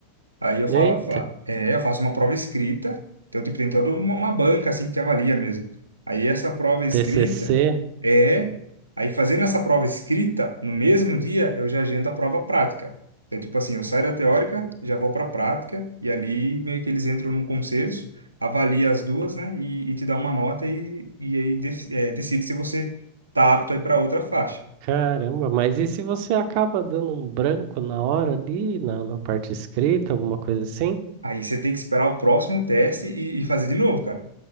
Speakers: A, on the right; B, on the right.
A: Aí eu falava,
B: Eita,
A: é, eu faço uma prova escrita, então, tipo, tem toda uma, uma banca, assim, que te avalia mesmo. Aí essa prova escrita
B: TCC.
A: é... Aí fazendo essa prova escrita, no mesmo dia, eu já agendo a prova prática. Então, tipo assim, eu saio da teórica, já vou para a prática, e ali meio que eles entram num consenso, avalia as duas, né, e, e te dá uma nota, e, e aí de- é, decide se você tá apto aí para outra faixa.
B: Caramba, mas e se você acaba dando um branco na hora ali, na, na parte escrita, alguma coisa assim?
A: Aí você tem que esperar o próximo teste e, e fazer de novo, cara.